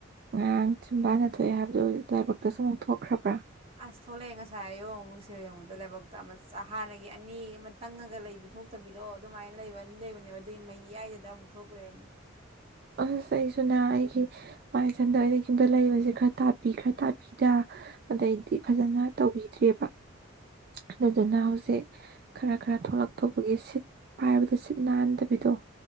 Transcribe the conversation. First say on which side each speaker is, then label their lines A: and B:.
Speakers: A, on the right; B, on the right.
A: ꯉꯔꯥꯡ ꯁꯨꯝꯕꯥꯅ ꯊꯣꯛꯑꯦ ꯍꯥꯏꯕꯗꯣ ꯂꯥꯏꯕꯛꯇꯁꯨ ꯑꯃꯨꯛ ꯊꯣꯛꯈ꯭ꯔꯕ꯭ꯔꯥ
B: ꯑꯁ ꯊꯣꯛꯂꯛꯑꯦ ꯉꯁꯥꯏ ꯑꯌꯨꯛ ꯑꯃꯨꯛ ꯃꯤꯡꯁꯦꯜ ꯌꯦꯡꯉꯨꯗ ꯂꯥꯏꯕꯛꯇ ꯑꯃ ꯍꯥꯟꯅꯒꯤ ꯑꯅꯤ ꯑꯃ ꯇꯪꯉꯒ ꯂꯩꯕ ꯊꯣꯛꯇꯕꯤꯗꯣ ꯑꯗꯨꯃꯥꯏꯅ ꯂꯩꯕ ꯑꯅꯤ ꯂꯩꯕꯅꯦꯕ ꯑꯗꯨꯒꯤ ꯃꯩꯌꯥꯏꯁꯤꯗ ꯑꯃꯨꯛ ꯊꯣꯛ ꯂꯩꯔꯝꯃꯦ
A: ꯑꯁ ꯑꯩꯁꯨ ꯅꯍ ꯑꯩꯒꯤ ꯃꯥꯏꯁꯟꯗ ꯑꯣꯏꯅ ꯌꯨꯝꯗ ꯂꯩꯕꯁꯦ ꯈꯔ ꯇꯥꯛꯄꯤ ꯈꯔ ꯇꯥꯛꯄꯤꯗ ꯑꯗꯩꯗꯤ ꯐꯖꯅ ꯇꯧꯕꯤꯗ꯭ꯔꯦꯕ ꯑꯗꯨꯗꯨꯅ ꯍꯧꯖꯤꯛ ꯈꯔ ꯈꯔ ꯊꯣꯛꯂꯛꯇ ꯑꯩꯈꯣꯏꯒꯤ ꯁꯤꯠ ꯄꯥꯏꯕꯗ ꯁꯤꯠ ꯅꯥꯟꯗꯕꯤꯗꯣ